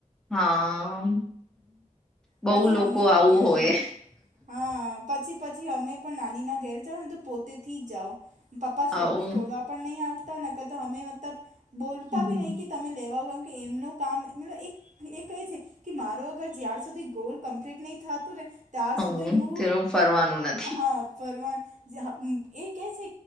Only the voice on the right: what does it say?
પછી
અમને
કહે
હા પછી પછી અમે પણ નાની ના ઘેર જાઓ ને તો પોતે થી જ જાઓ પપ્પા છોડ
છોડવા પર નહી આવતા ન કતો હમે મતલબ બોલતા
ભી નહી કે તમે લેવા આઉ કે એમનું કામ મતલબ એક એ કહે છે કે મારો અગર જ્યાર સુધી ગોલ કમ્પ્લીટ નહી થાતો ને ત્યાર
સુધી મુ
હા ફરવા જે એ કહે છે